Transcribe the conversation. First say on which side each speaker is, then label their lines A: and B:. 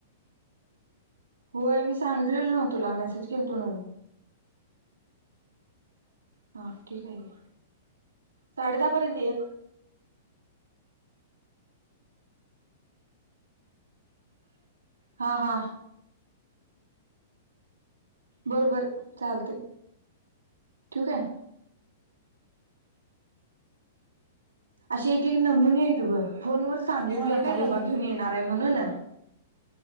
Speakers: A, on the right; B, on the right.
A: होय मी सांगितलेलो नव तुला मेसेज केल तो नव... हा ठीक आहे साडे दहा पर्यंत ये हा हा बर बर चालतंय ठेवू काय. असे एक एक नमुने येत बग फोनवर.. सांगितलोय
B: हो ना
A: काय
B: ताई
A: डबा घेऊन येणार आहे म्हणून